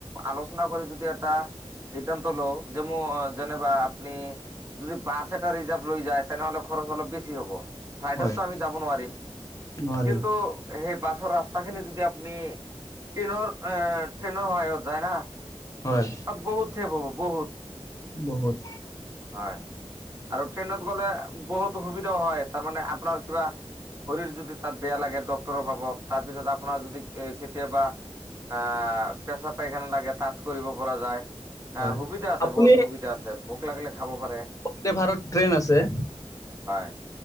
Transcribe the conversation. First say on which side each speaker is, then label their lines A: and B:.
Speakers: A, on the right; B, on the left.
A: আলোচনা কৰি যদি এটা সিদ্ধান্ত লও যে ম যেনিবা আপুনি যদি বাছ এটা ৰিজাৰ্ভ লৈ যায়। তেনেহ'লে খৰচ অলপ বেছি হ'ব, ফ্লাইটতটো
B: হয়
A: আমি যাব নোৱাৰিম।
B: নোৱাৰিম
A: কিন্তু সেই বাছৰ ৰাস্তাখিনি যদি আপুনি ট্ৰেইনৰ ট্ৰেইনৰ সহায়ত যায় না।
B: হয়।
A: তাত বহুত ছেফ হব বহুত।
B: বহুত।
A: হয় আৰু ট্ৰেইনত গ'লে বহুত সুবিধাও হয়। তাৰমানে আপোনাৰ কিবা শৰীৰ যদি তাত বেয়া লাগে, ডক্তৰো পাব। তাৰ পিছত আপোনাৰ যদি এ কেতিয়াবা আহ' পেছাব-পাইখানা লাগে তাত কৰিব পৰা যায়। অ'
B: হয়
A: সুবিধা আছে
B: আপুনি
A: বহুত সুবিধা আছে। লাগিলে খাব পাৰে
B: বন্দে ভাৰত ট্ৰেইন আছে
A: হয়